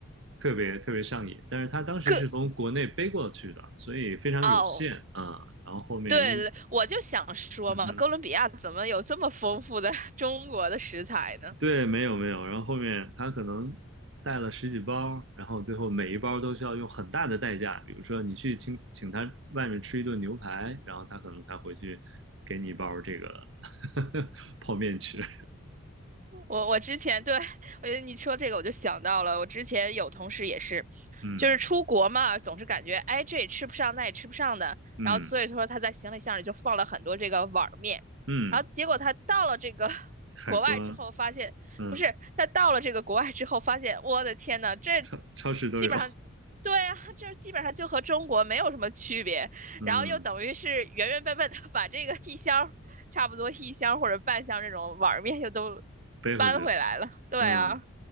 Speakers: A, on the right; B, on the right.
A: 特别特别上瘾，但是他当时是从国内背过去的，
B: 哥，
A: 所以非常有限啊，
B: 哦，
A: 然后后面又。
B: 对对对，我就想说嘛，
A: 嗯哼。
B: 哥伦比亚怎么有这么丰富的 <laughs> 中国的食材呢？
A: 对，没有没有，然后后面他可能带了十几包，然后最后每一包都需要用很大的代价，比如说你去请请他外面吃一顿牛排，然后他可能才回去给你一包这个 <laughs> 泡面吃。
B: 我我之前对，我觉得你说这个我就想到了，我之前有同事也是，
A: <laughs> 嗯
B: 就是出国嘛，总是感觉哎这也吃不上，那也吃不上的，
A: 嗯
B: 然后所以说他在行李箱里就放了很多这个碗儿面，
A: 嗯，
B: 然后结果他到了这个 <laughs>
A: 海关，
B: 国外之后发现，
A: 嗯，
B: 不是，他到了这个国外之后发现，我的天呐，这
A: 超超市都有，
B: 基本上。对啊，这基本上就和中国没有什么区别，
A: <laughs> 嗯，
B: 然后又等于是原原本本的把这个 <laughs> 一箱差不多一箱或者半箱这种碗儿面又都
A: 背回去了，
B: 搬回来了。对啊，
A: 嗯。